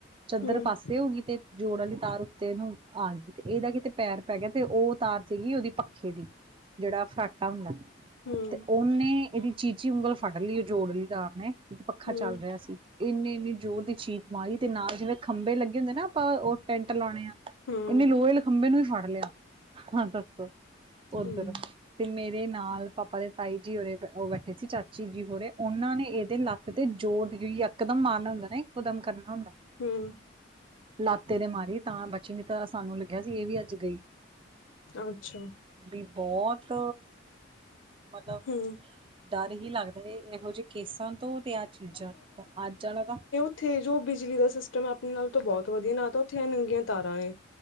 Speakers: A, on the right; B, on the left.
A: ਚੱਦਰ
B: ਹੂੰ
A: ਪਾਸੇ ਹੋ ਗਈ ਤੇ ਜੋੜ ਆਲੀ ਤਾਰ ਉੱਤੇ ਨੂੰ ਆ ਗਈ ਤੇ ਏਦਾ ਕਿਤੇ ਪੈਰ ਪੈ ਗਿਆ ਤੇ ਓ ਤਾਰ ਸੀਗੀ ਓਦੀ ਪੱਖੇ ਦੀ। ਜੇੜਾ ਫਰਾਟਾ ਹੁੰਦਾ
B: ਹੂੰ
A: ਤੇ ਓਨੇ ਏਦੀ ਚੀਚੀ ਉਂਗਲ ਫੜ ਲਈ ਓ ਜੋੜ ਆਲੀ ਤਾਰ ਨੇ ਪੱਖਾ
B: ਹੂੰ
A: ਚੱਲ ਰੇਆ ਸੀ। ਏਨੀੇ ਇੰਨੀ ਜ਼ੋਰ ਦੀ ਚੀਕ ਮਾਰੀ ਤੇ ਨਾਲ ਜਿਵੇਂ ਖੰਭੇ ਲੱਗੇ ਹੁੰਦੇ ਨਾ ਆਪਾਂ ਓ ਟੈਂਟ ਲਾਉਣੇ ਆ ਏਨੇ
B: ਹੂੰ
A: ਲੋਹੇ ਆਲੇ ਖੰਬੇ ਨੂੰ ਵੀ ਫੜ ਲੇਆ ਦੱਸੋ ਓਦਨ।
B: ਹੂੰ
A: ਤੇ ਮੇਰੇ ਨਾਲ ਪਾਪਾ ਦੇ ਤਾਈ ਜੀ ਉਰੇ ਓ ਬੈਠੇ ਸੀ ਚਾਚੀ ਜੀ ਹੋਰੇ ਓਹਨਾਂ ਨੇ ਏਦੇ ਲੱਤ ਤੇ ਜੋੋਰਈ ਇਕਕਦਮ ਮਾਰਨਾ ਹੁੰਦਾ ਨਾ ਇੱਕੋ ਦੱਮ ਕਰਨਾ ਹੁੰਦੈ।
B: ਹੂੰ।
A: ਲੱਤ ਏਦੇ ਮਾਰੀ, ਤਾਂ ਬਚੀ ਨੀ ਤਾਂ ਸਾਨੂੰ ਲੱਗੇਆ ਸੀ ਐ ਵੀ ਅੱਜ ਗਈ।
B: ਅੱਛਾ
A: ਵੀ ਬੋਤ ਮਤਬ
B: ਹੂੰ।
A: ਡਰ ਹੀ ਲੱਗਦਾ ਇਹੋ ਜਿਹੇ ਕੇਸਾਂ ਤੋਂ ਤੇ ਆਹ ਚੀਜਾਂ ਅੱਜ ਆਲਾ ਤਾਂ
B: ਓਥੇ ਜੋ ਬਿਜਲੀ ਦਾ ਸਿਸਟਮ ਐ ਅਪਨੇ ਨਾਲ ਤਾਂ ਬੋਤ ਵਧੀਆ, ਨਾ ਤਾਂ ਓਥੇ ਐ ਨੰਗੀਆਂ ਤਾਰਾਂ ਨੇ